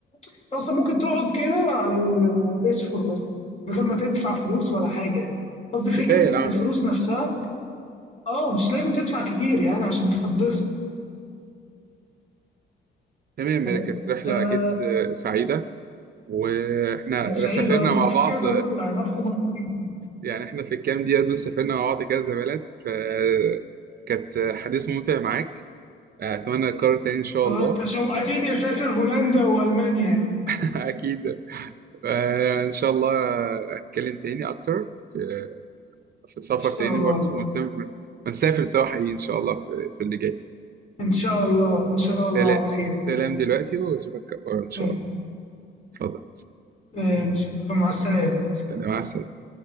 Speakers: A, on the left (about 35°); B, on the right (about 50°).
A: انت اصلا ممكن تقعد كده على البيسفور بس من غير ما تدفع فلوس ولا حاجه يعني قصدي فكره
B: كفايه القعده
A: الفلوس
B: آه.
A: نفسها اه مش لازم تدفع كتير يعني عشان تتبسط
B: تمام
A: بس
B: كانت رحله
A: آه،
B: اكيد آه، سعيده واحنا
A: كانت سعيده
B: سافرنا
A: أنا
B: مع
A: رحت
B: بعض
A: كذا مره يعني رحت مرتين
B: يعني احنا في الكام دقيقة دول سافرنا مع بعض كذا بلد فكانت حديث ممتع معاك أتمنى نكرر تاني إن شاء
A: وانت
B: الله
A: شوقتني اسافر هولندا والمانيا يعني.
B: <laughs> أكيد آه، إن شاء الله أتكلم تاني أكتر في في سفر
A: ان شاء
B: تاني
A: الله
B: برضه ونسافر ونسافر سوا حقيقي إن شاء الله في في اللي جاي
A: ان شاء الله ان شاء الله
B: سلام
A: على خير
B: سلام دلوقتي وأشوفك إن شاء
A: آه،
B: الله اتفضل
A: آه، شكرا مع السلامه
B: سلام مع السلامة